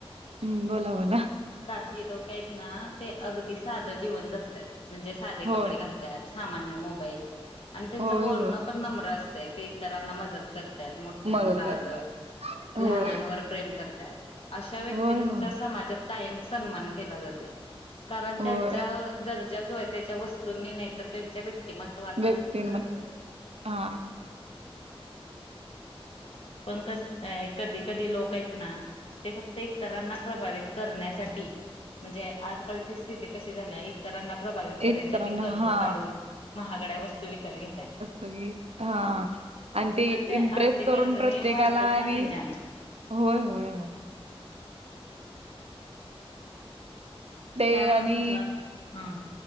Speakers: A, on the right (about 80°); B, on the left (about 65°).
A: हम्म बोला बोला.
B: काही लोक आहेत ना ते अगदी साधं जीवन जगत्यात म्हणजे साधे
A: होय
B: कपडे घालत्यात सामान्य मोबाईल आणि त्यांचं
A: होय
B: बोलणं
A: होय
B: पण नम्र असतंय ते इतरांना मदत करत्यात मोठ्यांचा
A: मदत करतात
B: आदर
A: होय
B: लहानांवर प्रेम करतात, अशा व्यक्तींचा
A: होय होय.
B: समाजात कायम सन्मान केला जातोय कारण
A: होय
B: त्यांचा दर्जा जो आहे त्याच्या वस्तूंनी नाही तर त्यांच्या व्यक्ती तीमत्वावर
A: व्यक्तींम
B: ठरतोय.
A: हा
B: पण कसं आहे कधी कधी लोक आहेत ना ते फक्त इतरांना प्रभावित करण्यासाठी म्हणजे आजकालचे <unintelligible> कशा झाल्या इतरांना प्रभावित करण्यासाठी
A: इतरांना
B: कर्ज
A: हा
B: काढून महागड्या वस्तू विकत घेत्या त
A: बघ हा आणि ते
B: त्या
A: इम्प्रेस
B: आर्थिक
A: करून
B: अडचणी
A: प्रत्येकाला
B: वाढतात
A: आणि
B: ना त्यांच्या
A: होय होय होय. ते
B: त्यामुळे
A: आणि
B: कसं हा